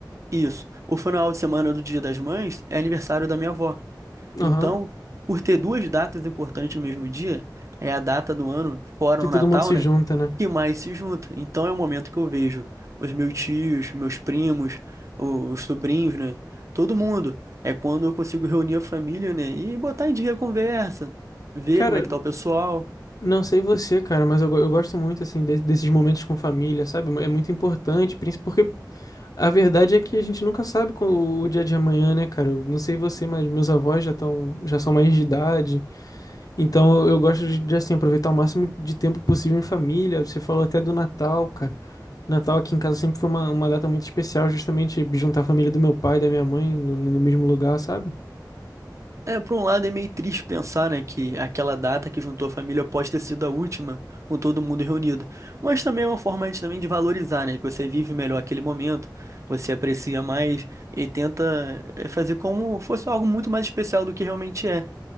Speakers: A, on the right (about 45°); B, on the left (about 55°).
A: Isso. O final de semana do Dia das Mães é aniversário da minha avó. Então,
B: Aham.
A: por ter duas datas importantes no mesmo dia, é a data do ano, fora
B: Que
A: o
B: todo
A: Natal,
B: mundo se
A: né?
B: junta, né?
A: Que mais se junta. Então é o momento que eu vejo os meus tios, meus primos, o- os sobrinhos, né? Todo mundo. É quando eu consigo reunir a família, né? E botar em dia a conversa, ver
B: Cara,
A: como é que tá o pessoal.
B: não sei você, cara, mas eu, go- eu gosto muito, assim, de- desses momentos com família, sabe? É muito importante, princi- porque a verdade é que a gente nunca sabe com o, o dia de amanhã, né, cara? Eu não sei você, mas meus avós já estão, já são mais de idade. Então eu gosto de, de, assim, aproveitar o máximo de tempo possível em família. Você falou até do Natal, cara. Natal aqui em casa sempre foi uma, uma data muito especial, justamente juntar a família do meu pai e da minha mãe no, no mesmo lugar, sabe?
A: É, por um lado é meio triste pensar, né, que aquela data que juntou a família pode ter sido a última, com todo mundo reunido. Mas também é uma forma de, também de valorizar, né, que você vive melhor aquele momento, você aprecia mais e tenta eh, fazer como fosse algo muito mais especial do que realmente é.